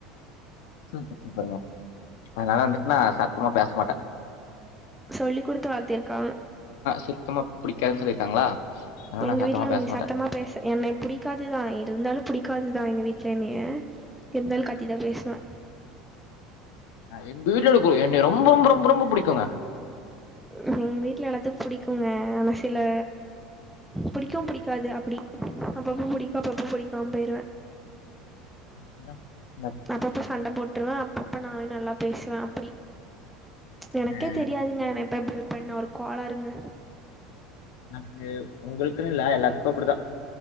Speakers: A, on the left; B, in the centre.
A: சூப்பர் சூப்பருங்க அதனால வந்துட்டு நா சத்தமா பேசமாட்டே
B: சொல்லி் குடுத்து வளத்தி இருக்காங்க
A: சுத்தமா பிடிக்காதுன்னு சொல்லியிருக்காங்களா அதனால
B: எங்க
A: நான் சத்தமா
B: வீட்ல
A: பேச
B: நீ
A: மாட்டேன்
B: சத்தமா பேச என்ன புடிக்காதுதா இருந்தாலு புடிக்காதுதா எங்க வீட்ல என்னய இருந்தாலு கத்தி தா பேசுவே
A: எங்க வீட்ல இருக்குவங்க என்ன ரொம்ப ரொம்ப ரொம்ப ரொம்ப புடிக்குங்க
B: எங்க வீட்ல எல்லாத்துக்கு புடிக்குங்க ஆனா சில புடிக்கு புடிக்காது அப்டி அப்பப்ப புடிக்கு அப்பப்ப புடிக்காம போயிருவே
A: இந்தா <inaudible>
B: அப்பப்ப சண்ட போட்ருவன் அப்பப்ப நானும் நல்லா பேசுவேன் அப்படி எனக்கே
A: ஆ,
B: தெரியாதுங்க நான் இப்ப எப்டி இருப்ப பெண்ஒரு கோளாறுங்க
A: அ உங்களுக்குன்னு இல்ல எல்லாத்துக்கும் அப்படித்தான்